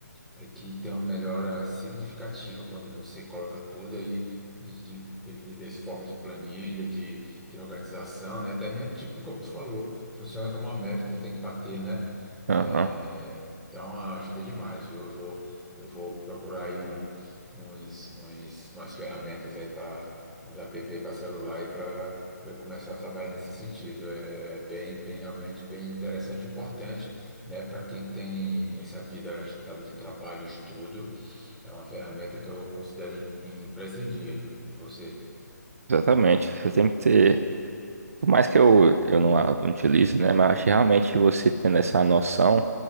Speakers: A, in the centre; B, on the right.
A: é que tem uma melhora significativa quando você coloca tudo aí de, de, de- dessa forma de planilha, de, de organização, né? Até mesmo, tipo, como tu falou, funciona como uma meta que tu tem que bater, né?
B: Aham,
A: É, então ajuda demais, viu? Eu vou, eu vou procurar aí um, uns, uns, umas ferramentas aí para uns app para celular e para eu começar a trabalhar nesse sentido. É bem, bem realmente bem interessante e importante né? Para quem tem essa vida agitada de trabalho e estudo, é uma ferramenta que eu considero im- imprescindível de você.
B: exatamente. Você tem que ter. Por mais que eu, eu não, a- não utilize, né? Mas acho que realmente você tendo essa noção,